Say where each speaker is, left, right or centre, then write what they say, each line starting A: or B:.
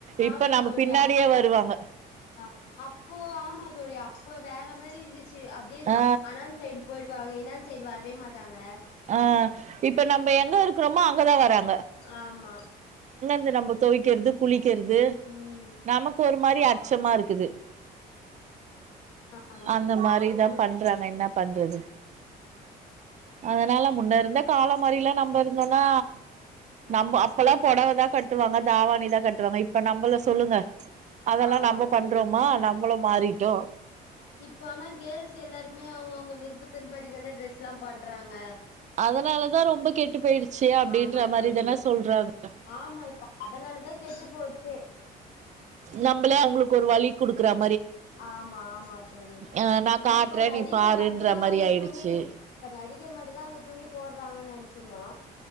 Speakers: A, on the right; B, on the left.
A: இப்ப
B: ஆமா
A: நம்ம
B: தோழி
A: பின்னாடியே
B: அப்போ
A: வருவாங்க
B: அ அப்போ ஆமா தோழி அப்ப வேற மாரி இருந்துச் இருச்சு அப்டியேதா
A: ஆ
B: அந்தான்ட சைடு போயிடுவாங்க இனான் சைடு வரவே மாட்டாங்க
A: ஆ இப்ப நம்ம எங்க இருக்குறோமோ அங்கதா வராங்
B: ஆமா
A: இங்க நமுக் தொவைக்கிறது குளிக்கிறது
B: ம்
A: நமக்கு ஒரு மாரி அச்சமா இருக்குது
B: ஆமா
A: அந்த மாரிதா பண்றாங்க என்ன பண்றது அதனால முன்ன இருந்த காலோ மாரில்லா நம்ம இருந்தோன்னா நம்ம
B: ஆமா
A: அப்பல்லா பொடவதாக் கட்டுவாங்க தாவணிதா கட்டுவாங்க இப்ப நம்மள சொல்லுங்க அதல்லா
B: ஆமா
A: நம்ம
B: தோழி
A: பண்றோமா நம்மளு மாறிட்டோ
B: இப்ப ஆனா கேள்ஸ் எல்லாருமே அவங்க அவங்க விருப்பத்தின் படிதான ட்ரெஸ் எல்லா பண்றாங்க
A: அதனாலதா ரொம்ப கெட்டு போயிடுச்சு அப்டின்ற
B: ஆமா
A: மாரிதான
B: தோழி
A: சொல்றாங்க
B: ஆமா இப்ப அதனாலதா கெட்டு போச்சே
A: நம்மளே அவங்களுக்கு ஒரு வழி குடுக்குறப்
B: ஆமா ஆமா தோழி
A: அ நா காட்றே
B: இப்ப நடிகர்
A: நீ பாருன்ற
B: மட்டுந்தா
A: மாரி
B: அந்த
A: ஆயிடுச்சு
B: துணி இப்ப நடிகர் மட்டுந்தாஅந்த துணி போடுறாங்கன் நெனச் ட்டுனா